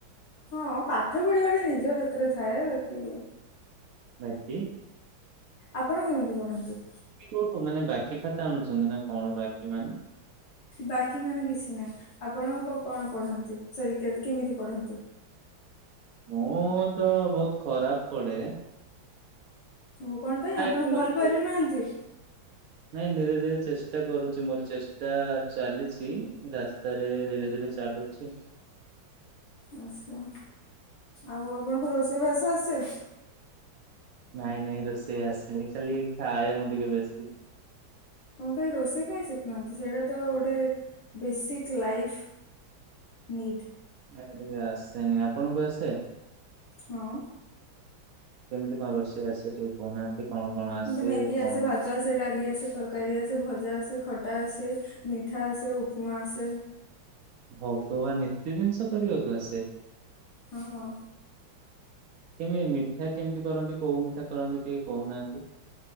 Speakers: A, on the left; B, on the right.
A: ହଁ ପାଠ ପଢିବା ଟା ନିଜ ହାତରେ ଥାଏ ବାକି
B: ବାକି
A: ଆପଣ କେମିତି ପଢନ୍ତି?
B: କିକୋଉଠୁ ମାନେ ବାକି ଖାତା ଆଣୁଛନ୍ତି ନା କଣ ବାକି ମାନେ
A: ବାକି ମାନେ କିଛି ନାହିଁ ଆପଣ କଣ ପଢନ୍ତି ସରି କେମିତି ପଢନ୍ତି?
B: ମୁଁ ତ ବହୁତ ଖରାପ ପଡେ।
A: ହଉ କଣ ପାଇଁ ଆପଣ
B: କରୁଛି
A: ଭଲ ପଢ଼ୁ
B: ଧୀରେ
A: ନାହାନ୍ତି?
B: ନାଇଁ ଧୀରେ ଧୀରେ ଚେଷ୍ଟା କରୁଛି ମୋର ଚେଷ୍ଟା ଚେଷ୍ଟା ଚାଲିଛି ରାସ୍ତାରେ ଧୀରେ ଧୀରେ ଚାଲୁଛି।
A: ଆଚ୍ଛା ଆଉ ଆପଣଙ୍କ ରୋଷେଇ ବାସ ଆସେ?
B: ନାଇଁ ନାଇଁ ରୋଷେଇ ଆସେନି ଖାଲି ଖାଏ ମୁଁ ଟିକେ ବେଶୀ।
A: କଣ ପାଇଁ ରୋଷେଇ କାଇ ଶିଖୁନାହାନ୍ତି ସେଇଟା ତ ଗୋଟେ ବେସିକ ଲାଇଫ? ନି ଟି।
B: ଇଆଡେ ଟିକେ ଆସେନି ଆପଣଙ୍କୁ ଆସେ?
A: ହଁ।
B: କେମିତି କଣ ରେଷେଇ ଆସେ ଟିକେ କହୁନାହାନ୍ତି? କଣ କଣ ଆସେ
A: ମତେ ମ୍ୟାଗି
B: କଣ
A: ଆସେ ଭାତ ଆସେ ଡାଲି ଆସେ ତରକାରୀ ଆସେ ଭଜା ଆସେ ଖଟା ଆସେ। ମିଠା ଆସେ ଉପମା ଆସେ।
B: ଭଗବାନ ଏତେ ଜିନିଷ କରିବାକୁ ଆସେ।
A: ହଁ ହଁ
B: କେମିତି ମିଠା କେମିତି କରନ୍ତି କୋଉ ମିଠା କରନ୍ତି ଟିକେ କହୁନାହାନ୍ତି?